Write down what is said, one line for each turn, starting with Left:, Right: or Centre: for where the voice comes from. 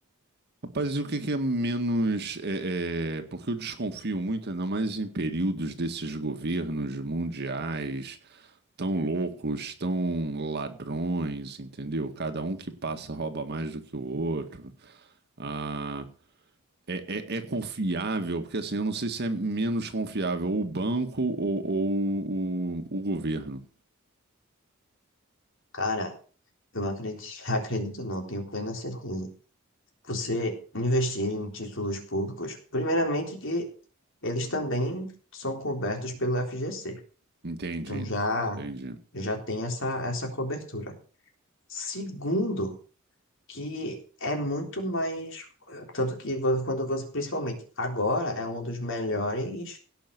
Right: Rapaz, e o que que é menos. é, é, Porque eu desconfio muito, ainda mais em períodos desses governos mundiais tão loucos, tão ladrões, entendeu? Cada um que passa rouba mais do que o outro. Ah, é, é- é confiável, porque assim, eu não sei se é menos confiável o banco ou, ou o, o governo.
Left: Cara, eu acredito, <laughs> acredito não, tenho plena certeza você investir em títulos públicos, primeiramente que eles também são cobertos pelo FGC.
Right: Entendi,
Left: Então já
Right: entendi.
Left: já tem essa essa cobertura. Segundo, que é muito mais tanto que vo- quando você principalmente agora é um dos melhores